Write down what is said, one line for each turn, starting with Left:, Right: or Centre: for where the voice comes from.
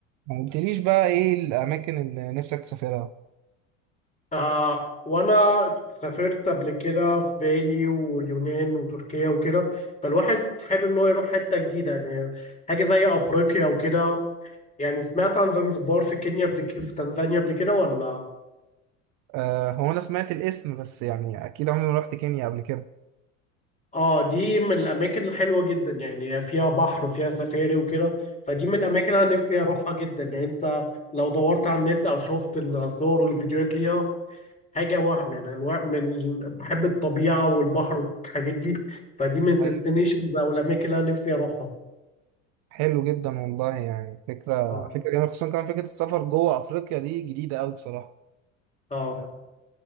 Right: ما قلتليش بقى ايه الاماكن اللي نفسك تسافرها
Left: آه وانا سافرت قبل كده في بالي ويونان وتركيا وكده فالواحد حابب ان هو يروح حته جديده يعني حاجه زي افريقيا وكده يعني سمعت عن زنزبار في كينيا قبل ك- في تنزانيا قبل كده ولا
Right: آه هو انا سمعت الاسم بس يعني اكيد عمري ما رحت كينيا قبل كده
Left: اه دي من الاماكن الحلوه جدا يعني فيها بحر وفيها سفاري وكده فدي من الاماكن انا نفسي اروحها جدا يعني انت لو دورت على النت او شفت الصور والفيديوهات ليها حاجه وهم يعني انا الوهم- من بحب الطبيعه والبحر والحاجات دي فدي من الديستنيشنز
Right: أي-
Left: او الاماكن اللي انا نفسي اروحها
Right: حلو جدا والله يعني فكره
Left: اه
Right: فكره جميله خصوصا كمان فكره السفر جوه افريقيا دي جديده قوي بصراحه
Left: اه